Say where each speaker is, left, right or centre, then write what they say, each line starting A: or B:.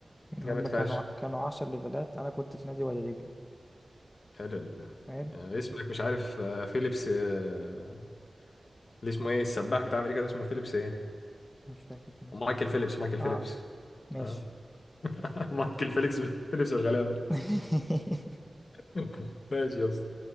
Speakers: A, on the left (about 20°); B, on the left (about 70°).
A: يعني
B: جامد
A: هم
B: فشخ
A: كانوا كانوا 10 ليفلات انا كنت في نادي وادي دجله
B: حلو ال-
A: حلو
B: يعني اسمك مش عارف آه، فيليبس آه، اللي اسمه ايه السباح بتاع امريكا ده اسمه فيليبس ايه
A: مش فاكر كان اسمه
B: مايكل
A: إيه.
B: فيليبس مايكل فيليبس
A: اه ماشي
B: اه <laughs> مايكل فيليبس فيليبس الغلابه
A: <laughs>
B: <laughs> ماشي يا اسطى